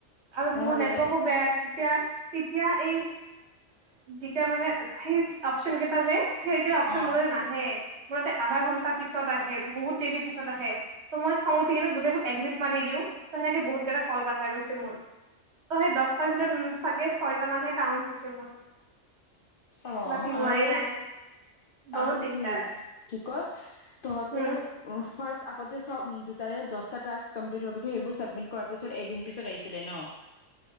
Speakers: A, on the right; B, on the left.
A: আৰু
B: অ
A: মোৰ
B: ৰে
A: নেটৱৰ্কো বেয়া তেতিয়া তেতিয়া এই যেতিয়া মানে অপচনকেইটা যে সেই অপচন
B: অ
A: মোৰ তালে নাহে। বোৰতে আধা ঘন্টা পিছত আহে বহুত দেৰি পিছত আহে ত' মই খং ঠিকে মই গোটেইবোৰ এডমিট মাৰি দিওঁ। ত সেনেকে বহুত জেগা কল কটা গৈছে মোৰ। ত সেই দশটাৰ ভিতৰত চাগে ছয়টা মানহে কাউন্ট হৈছে মোৰ।
B: অ
A: বাকী হোৱাই
B: আৰু
A: নাই বহুত
B: আৰু
A: দিগদাৰ
B: কি কি কয় তহতে
A: উম
B: ফাৰ্ষ্ট আগতে চ উ দুটাৰে দছটা ক্লাচ কমপ্লিট হোৱাৰ পিছত সেইবোৰ চাবমিট কৰাৰ পিছত এদিন পিছত আহিছিলে ন।